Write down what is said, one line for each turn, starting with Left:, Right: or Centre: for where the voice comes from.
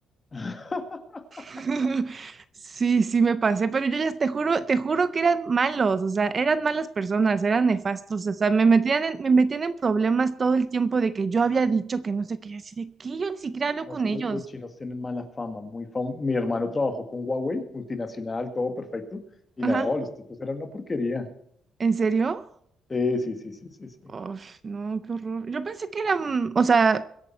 Left: <laughs>
Right: <laughs> Sí, sí me pasé, pero yo ya te juro, te juro que eran malos, o sea, eran malas personas, eran nefastos, o sea, me metían en, me metían en problemas todo el tiempo de que yo había dicho que no sé qué, y así de que yo ni siquiera hablo
Left: No,
Right: con
Left: sí,
Right: ellos.
Left: lo- los, chinos tienen mala fama, muy fam- Mi hermano trabajó con Huawei, multinacional, todo perfecto. Y
Right: Ajá,
Left: no, los tipos eran una porquería.
Right: ¿en serio?
Left: Sí, sí, sí, sí, sí, sí.
Right: Uf, no, qué horror. Yo pensé que eran, o sea,